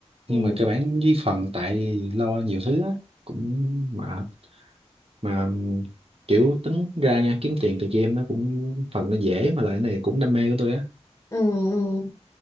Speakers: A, on the left; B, on the right.
A: Ừ.
B: nhưng mà cơ bản với phần tại lo nhiều thứ á cũng mệt mà kiểu tính ra nha kiếm tiền từ game nó cũng phần nó dễ mà lại cái này cũng đam mê của tôi á
A: Ừ. ừ.